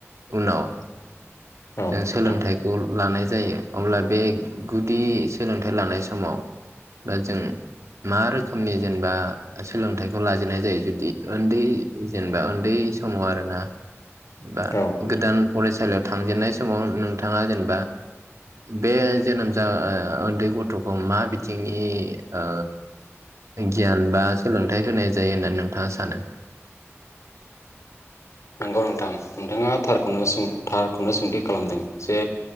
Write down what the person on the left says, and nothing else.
औ नोंथां
औ नोंथां
नंगौ नोंथां नोंथाङा थारखौनो सों थारखौनो सोंथि खालामदों जे